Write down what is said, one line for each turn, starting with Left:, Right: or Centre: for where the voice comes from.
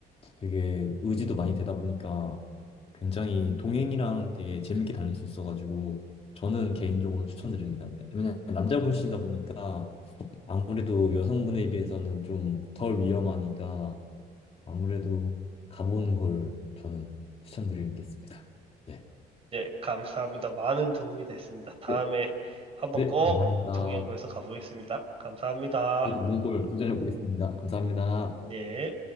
Left: 되게 의지도 많이 되다 보니까 굉장히 동행이랑 되게 재밌게 다닐 수 있어가지고 저는 개인적으로 추천드립니다. 왜냐면 남자분이시다 보니까 아무래도 여성분에 비해서는 좀 덜 위험하니까 아무래도 가보는 거를 저는 추천드리겠습니다. 네.
Right: 예, 감사합니다. 많은 도움이 됐습니다. 다음에
Left: 네.
Right: 한번
Left: 네,
Right: 꼭
Left: 감사합니다.
Right: 동행 구해서 가보겠습니다. 감사합니다.
Left: 저도 몽골 도전해 보겠습니다. 감사합니다.
Right: 네.